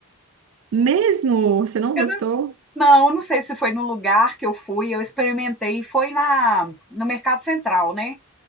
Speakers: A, on the right (about 60°); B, in the centre.
A: Mesmo? Você não
B: Eu
A: gostou?
B: não, não, eu não sei se foi no lugar que eu fui, eu experimentei, foi na, no Mercado Central, né?